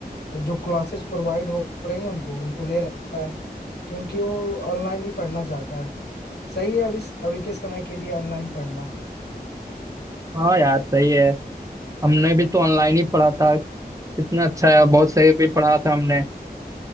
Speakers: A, on the left (about 85°); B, on the right (about 20°).
A: जो क्लासेस प्रोवाइड हो रही हैं उनको उनको ले रहा है क्योंकि वो ऑनलाइन ही पढ़ना चाहता है सही है अभी अभी के समय के लिए ऑनलाइन पढ़ना
B: हाँ यार सही है हमने भी तो ऑनलाइन ही पढ़ा था कितना अच्छा है बहुत सही भी पढ़ा था हमने